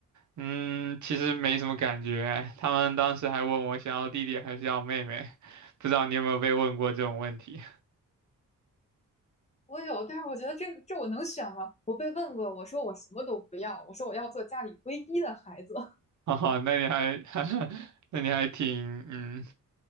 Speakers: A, on the right; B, on the left.
A: 嗯，其实没什么感觉。他们当时还问我想要弟弟还是要妹妹，不知道你有没有被问过这种问题？
B: 我有，但是我觉得这个这我能选吗？我被问过，我说我什么都不要，我说我要做家里唯一的孩子。
A: <laughs> 哦，那你还，<laughs> 那你还挺，嗯，